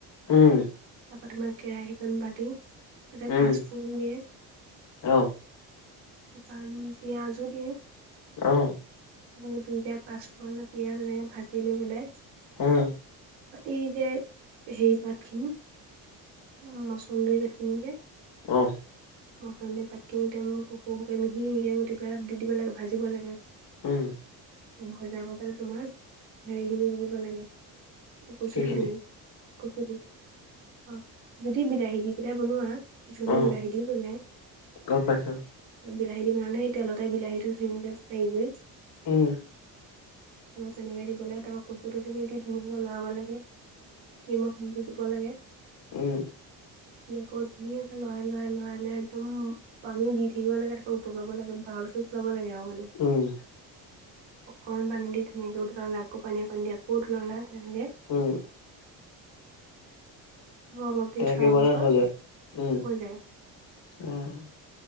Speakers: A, on the left; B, on the right.
A: উম্।
B: তাৰপৰা তোমাৰ কেৰাহীখন পাতি, তাতে তোমাৰ
A: উম
B: পাঁচফুৰন দিয়ে।
A: অ
B: তাৰপৰা পিয়াজো দিয়ে।
A: অ'।
B: এনেকে দুইটা পাঁচফোৰণ, পিয়াজ, এনেকে ভাজি লৈ পেলাই
A: হম্।
B: এই যে হেৰি পাত খিনি উম্, মচন্দৰি পাত খিনি যে
A: অ',
B: মচন্দই পাত খিনি মোক সৰু সৰুকে মিহি মিহিকে কুটি পেলাই তাত দি দিব লাগে, ভাজিব লাগে।
A: উম্।
B: ভজা বতাতে তোমাৰ হেৰি খিনি দি দিব লাগে। কচুঠোৰ
A: কেইখিনি
B: খিনি, কচুটো। অ', যদি বিলাহী দি পেলাই বনোৱা, কিছুমানে
A: অ
B: বিলাহী দিও বনায়।
A: গম পাইছো।
B: বিলাহী দি বনালে, সেই তেলতে বিলাহীটো সিঙি দি হেৰি কৰি।
A: উম্।
B: তেনেকে দি দিব লাগে, তাৰপৰা কচুঠোৰখিনি দি ধুনীয়াকে লৰাব লাগে। নিমখ দি দিব লাগে।
A: উম্।
B: দি আকৌ ধুনীয়াকৈ লৰায় লৰায় লৰায় একদম পানী দি থাকিব লাগে, তাৰপৰা উতলাব লাগে। ভালকে উতলাব লাগে আৰু মানে।
A: উম্।
B: অকনমান পানী দি ধুনীয়াকে উতলালা, আকৌ পানী অকণ দি আকৌ উতলাব লাগে। তেনেকে
A: উম্,
B: অলপ দি
A: তেনেকে
B: থোৱাৰ
A: বনাই
B: পাছত
A: হৈ যায়। উম্,
B: হৈ যায়
A: অ'।